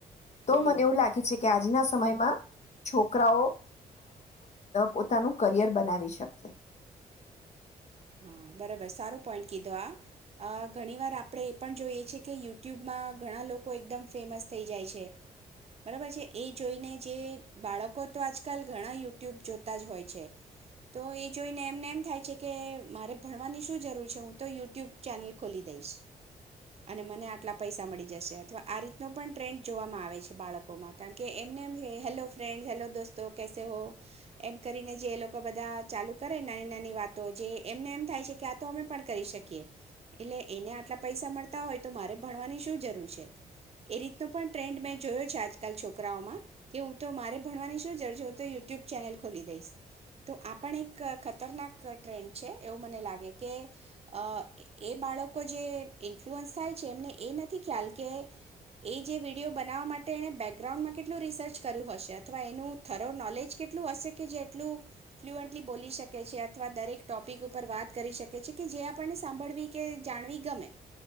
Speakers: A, on the left (about 45°); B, on the right (about 40°).
A: તો,
B: હમ
A: મને એવું લાગે છે. કે, આજના સમયમાં. છોકરાઓ પોતાનું કરિયર બનાવી શકે.
B: હા, બરાબર સારો પોઈન્ટ કીધો આ ઘણીવાર આપણે એ પણ જોઈએ છે, કે યુટ્યુબમાં ઘણા લોકો એકદમ ફેમસ થઈ જાય છે, બરાબર છે એ જોઈને જે બાળકો તો આજકાલ ઘણા યુટ્યુબ જોતા જ હોય છે, તો એ જોઈને એમને એમ થાય છે કે મારે ભણવાની શું જરૂર છે, હું તો યુટ્યુબ ચેનલ ખોલી દઈશ અને મને આટલા પૈસા મળી જશે અથવા આ રીતનો પણ ટ્રેન્ડ જોવામાં આવે છે, બાળકોમાં કારણ કે એમને એમ હેલો ફ્રેન્ડસ હેલો દોસ્તો કેસે હો, એમ કરીને જે એ લોકો બધા ચાલુ કરે નાની, નાની વાતો જે એમને એમ થાય છે કે આ તો અમે પણ કરી શકીએ, એટલે એને આટલા પૈસા મળતા હોય તો મારે ભણવાની શું જરૂર છે, એ રીતનો પણ ટ્રેન્ડ મેં જોયો છે આજકાલ છોકરાઓમાં, કે હું તો મારે ભણવાની શું જરૂર છે હું તો યુટ્યુબ ચેનલ ખોલી દઈશ, તો આ પણ એક ખતરનાક ટ્રેન્ડ છે એવું મને લાગે કે અ એ બાળકો જે ઇન્ફ્લુઅન્સ થાય છે, એમને એ નથી ખ્યાલ કે એ જે વિડીયો બનાવવા માટે એણે બેકગ્રાઉન્ડમાં કેટલું રિસર્ચ કર્યું હશે, અથવા એનું થરો નોલેજ કેટલું હશે કે જે એટલું ફ્લુઅન્ટલી બોલી શકે છે અથવા દરેક ટોપિક ઉપર વાત કરી શકે છે, કે જે આપણને સાંભળવી કે જાણવી ગમે